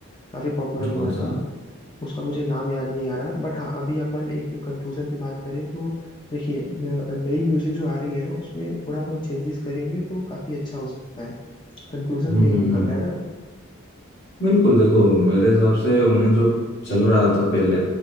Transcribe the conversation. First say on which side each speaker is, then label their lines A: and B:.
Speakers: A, on the left (about 20°); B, on the left (about 55°).
A: काफी पॉपुलर हुआ
B: कौन सा
A: था
B: हम्म
A: उसका मुझे नाम याद नहीं आ रहा बट हाँ अभी अपन एक कंक्लूजन पे बात करें तो देखिए न- नई म्यूजिक जो आ रही है ना उसमें थोड़ा बहुत चेंजेस करेंगे तो काफी अच्छा हो सकता है कंक्लूजन
B: हम्म
A: तो यही
B: हम्म
A: निकल रहा है ना
B: बिल्कुल देखो मेरे हिसाब से उन्हें जो चल रहा था पहले